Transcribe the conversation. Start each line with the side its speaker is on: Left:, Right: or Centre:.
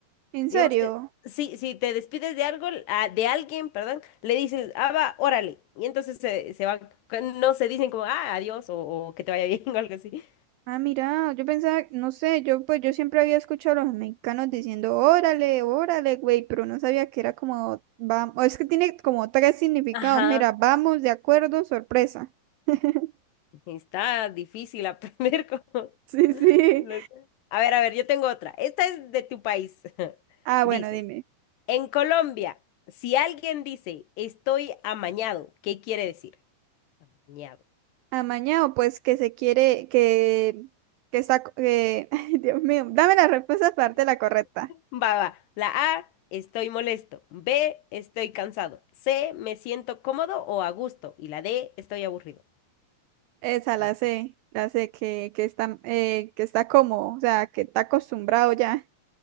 Right: ¿En
Left: Digamos
Right: serio?
Left: que sí, si te despides de algo, ah, de alguien, perdón, le dices, ah, va, órale. Y entonces se, se van, cu- no se dicen como, ah, adiós, o, o que te vaya bien, <laughs> o algo así.
Right: Ah, mira, yo pensaba, no sé, yo pues yo siempre había escuchado a los mexicanos diciendo, órale, órale, güey, pero no sabía que era como, vamos, es que tiene como tres significados,
Left: Ajá,
Right: mira, vamos, de acuerdo, sorpresa. <laughs>
Left: está difícil aprender <laughs> como...
Right: Sí, sí.
Left: no sé. A ver, a ver, yo tengo otra. Esta es de tu país. <laughs>
Right: Ah,
Left: Dice.
Right: bueno, dime.
Left: En Colombia, si alguien dice estoy amañado, ¿qué quiere decir? Amañado.
Right: Amañado, pues que se quiere, que, que está, co- que, <laughs> ay, Dios mío, dame la respuesta aparte la correcta.
Left: Va, va. La A, estoy molesto. B, estoy cansado. C, me siento cómodo o a gusto. Y la D, estoy aburrido.
Right: Esa
Left: Ah,
Right: la sé, la sé, que, que está, eh, que está como, o sea, que está acostumbrado ya.